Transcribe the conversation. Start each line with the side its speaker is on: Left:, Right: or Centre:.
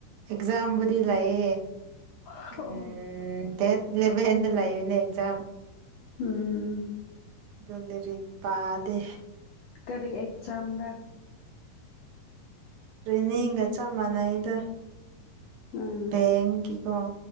Right: ꯑꯦꯛꯖꯥꯝꯕꯨꯗꯤ ꯂꯩꯌꯦ꯫
Left: ꯑꯣ
Right: ꯎꯝ ꯗꯦꯠ ꯏꯂꯕꯦꯟꯗ ꯂꯩꯕꯅꯦ ꯑꯦꯛꯖꯥꯝ꯫
Left: ꯎꯝ
Right: ꯗꯣ ꯂꯩꯔꯤꯛ ꯄꯥꯗꯦ꯫
Left: ꯀꯔꯤ ꯑꯦꯛꯖꯥꯝꯔꯥ?
Right: ꯇ꯭ꯔꯦꯅꯤꯡꯒ ꯆꯞ ꯃꯥꯟꯅꯩꯗ꯫
Left: ꯎꯝ
Right: ꯑꯦꯡ ꯀꯤꯀꯣ